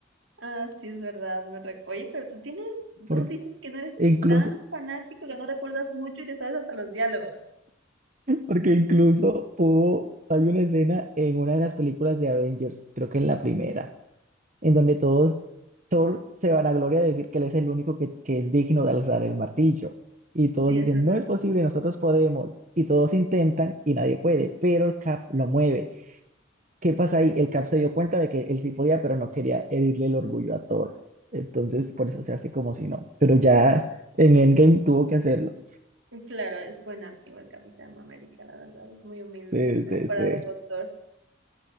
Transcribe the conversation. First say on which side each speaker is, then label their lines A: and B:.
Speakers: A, on the right; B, on the right.
A: Ah, sí, es verdad. Me recu- Oye, pero tú tienes, tú
B: Porque
A: dices que no eres
B: incluso,
A: tan fanático, que no recuerdas mucho y te sabes hasta los diálogos.
B: porque incluso hubo, hay una escena en una de las películas de Avengers, creo que en la primera, en donde todos, Thor se vanagloria de decir que él es el único que, que es digno de alzar el martillo. Y todos
A: Sí,
B: dicen,
A: es verdad.
B: no es posible, nosotros podemos. Y todos intentan y nadie puede, pero el Cap lo mueve. ¿Qué pasa ahí? El Cap se dio cuenta de que él sí podía, pero no quería herirle el orgullo a Thor. Entonces, por eso se hace como si no. Pero ya en Endgame tuvo que hacerlo.
A: Claro, es buen amigo el Capitán América, la verdad, es muy humilde
B: Sí, sí,
A: comparado
B: sí,
A: con Thor.